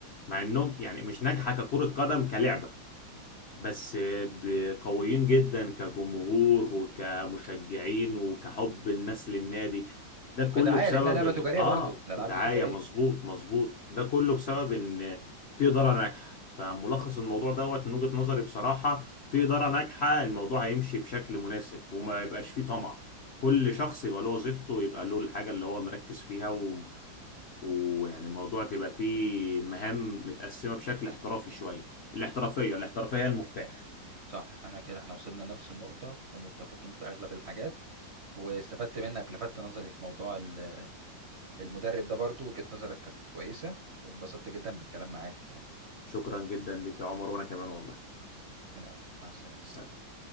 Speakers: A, on the left; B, on the right.
A: مع إنهم يعني مش ناجحة ككرة قدم كلعبة بس ب- قويين جدا كجمهور وكمشجعين وكحب الناس للنادي ده كله
B: كدعايه
A: بسبب
B: لانها لعبه
A: ال...
B: تجاريه
A: اه
B: برضو الالعاب
A: ودعاية
B: دي تجاريه
A: مظبوط مظبوط ده كله بسبب ان في إدارة ناجحة فملخص الموضوع دوت من وجهة نظري بصراحة في إدارة ناجحة الموضوع هيمشي بشكل مناسب وما يبقاش فيه طمع كل شخص
B: م.
A: يبقى له وظيفته ويبقى له الحاجة اللي هو مركز فيها و... ويعني الموضوع تبقى فيه مهام متقسمة بشكل احترافي شوية الاحترافية الاحترافية هي المفتاح
B: صح انا كده احنا وصلنا لنفس النقطه ومتفقين في اغلب الحاجات واستفدت منك لفت نظري في موضوع ال- المدرب ده برضو وجهة نظرك كانت كويسه واتبسطت جدا بالكلام معاك يعني
A: شكرا جدا لك يا عمر وانا كمان والله
B: العفو مع السلامه
A: سلام.